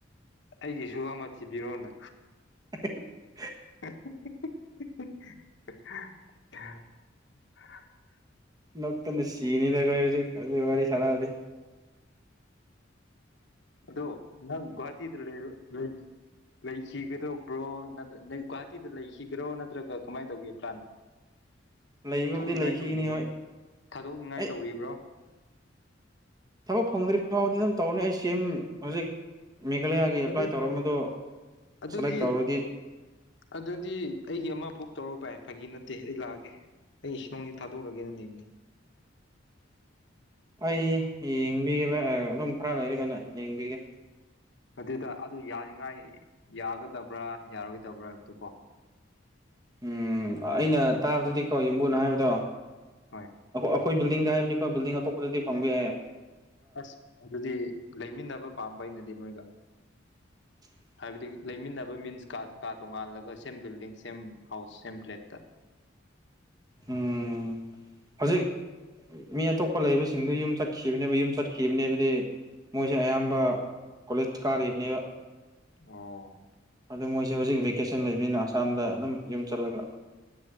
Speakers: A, on the left; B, on the right.
A: ꯑꯩꯒꯤꯁꯨ ꯑꯃ ꯊꯤꯕꯤꯔꯣꯅ
B: <unintelligible>
A: <unintelligible>
B: ꯅꯛꯇꯅꯤ ꯁꯤꯅꯤꯗ ꯀꯖꯤ ꯀ ꯋꯥꯔꯤ ꯋꯥꯔꯤ ꯁꯔꯗꯤ
A: ꯑꯗꯣ ꯅꯪ ꯒꯋꯥꯍꯥꯇꯤ ꯑꯗꯨ꯭ꯔꯣ ꯂꯩ ꯂꯩꯈꯤꯒꯗ꯭ꯔꯣ ꯕ꯭ꯔꯣ ꯅ ꯒꯨꯍꯥꯇꯤꯗ ꯂꯩꯈꯤꯒ꯭ꯔꯣ ꯅꯠꯇ꯭ꯔꯒ ꯀꯃꯥꯏꯅ ꯇꯧꯒꯦ ꯄ꯭ꯂꯥꯟ
B: ꯂꯩꯕꯕꯨꯗꯤ
A: ꯊꯣꯛꯅꯤꯡꯉꯥꯏ
B: ꯂꯩꯈꯤꯒꯅꯤ
A: ꯇꯧꯔꯤꯕ꯭ꯔꯣ
B: ꯍꯣꯏ
A: ꯊꯥꯗꯣꯛꯅꯤꯡꯉꯥꯏ
B: ꯑꯦ
A: ꯇꯧꯔꯤꯕ꯭ꯔꯣ
B: ꯊꯕꯛ ꯐꯪꯗ꯭ꯔꯤꯕ ꯐꯥꯎꯕꯗꯤ ꯑꯗꯨꯝ ꯇꯧꯅꯤ ꯑꯩ ꯁꯤ ꯍꯧꯖꯤꯛ ꯃꯦꯘꯂꯌꯥꯒꯤ ꯑꯦꯄ꯭ꯂꯥꯏ
A: ꯑꯗꯨ
B: ꯇꯧꯔꯝꯕꯗꯣ
A: ꯑꯗꯨꯗꯤ
B: ꯁꯦꯂꯦꯛ ꯇꯧꯔꯗꯤ
A: ꯑꯗꯨꯗꯤ ꯑꯩꯒꯤ ꯑꯃꯕꯨꯛ ꯇꯧꯔꯣ ꯚꯥꯏ ꯐꯥꯒꯤ ꯅꯠꯇꯦ ꯑꯩ ꯂꯥꯛꯑꯒꯦ ꯑꯩ ꯏ ꯏꯁ ꯅꯪꯁꯤ ꯊꯥꯗꯣꯛꯂꯒꯦꯅꯅꯦꯕꯅꯤ
B: ꯑꯩ ꯌꯦꯡꯕꯤꯒꯦ ꯑꯗꯨꯝ ꯈꯔ ꯂꯩꯔ ꯀꯩꯅ ꯌꯦꯡꯕꯤꯒꯦ
A: ꯑꯗꯨꯇꯥ ꯑꯗꯨ ꯌꯥꯅꯤꯉꯥꯏ ꯌꯥꯒꯗꯕ꯭ꯔꯥ ꯌꯥꯔꯣꯏꯗꯕ꯭ꯔꯥ ꯍꯥꯏꯕꯗꯨꯀꯣ
B: ꯎꯝ ꯑꯩꯅ ꯇꯥꯕꯗꯗꯤꯀꯣ ꯌꯨꯝꯕꯨꯅ ꯍꯥꯏꯕꯗꯣ
A: ꯍꯣꯏ
B: ꯑꯩꯣꯏ ꯕꯤꯗꯤꯡꯗ ꯍꯥꯏꯕꯅꯤ ꯑꯩꯣꯏ ꯕꯤꯗꯤꯡ ꯑꯇꯣꯞꯄꯗꯤ ꯐꯪꯕ ꯌꯥꯌꯦ
A: ꯑꯁ ꯑꯗꯨꯗꯤ ꯂꯩꯃꯤꯟꯅꯕ ꯄꯥꯝꯕꯩꯅꯗꯤ ꯅꯣꯏꯒ
B: <unintelligible>
A: ꯍꯥꯏꯕꯗꯤ ꯂꯩꯃꯤꯟꯅꯕ ꯃꯤꯟꯁ ꯀꯥ ꯀꯥ ꯇꯣꯉꯥꯜꯂꯒ ꯁꯦꯝ ꯕꯤꯜꯗꯤꯡ ꯁꯦꯝ ꯍꯥꯎꯁ ꯁꯦꯝ ꯐ꯭ꯂꯦꯠꯇ
B: ꯎꯝ ꯍꯧꯖꯤꯛ ꯃꯤ ꯑꯇꯣꯞꯄ ꯂꯩꯕꯁꯤꯡꯗꯨ ꯌꯨꯝ ꯆꯠꯈꯤꯕꯅꯦꯕ ꯌꯨꯝ ꯆꯠꯈꯤꯕꯅꯦꯕꯗꯤ ꯃꯣꯏꯁꯦ ꯑꯌꯥꯝꯕ ꯀꯣꯂꯦꯖ ꯀꯥꯔꯤꯕꯅꯦꯕ
A: ꯑꯣ
B: ꯑꯗꯣ ꯃꯣꯏꯁꯦ ꯍꯧꯖꯤꯛ ꯚꯦꯀꯦꯁꯟ ꯂꯩꯕꯅꯤꯅ ꯑꯁꯥꯝꯗ ꯑꯗꯨꯝ ꯌꯨꯝ ꯆꯠꯂꯒ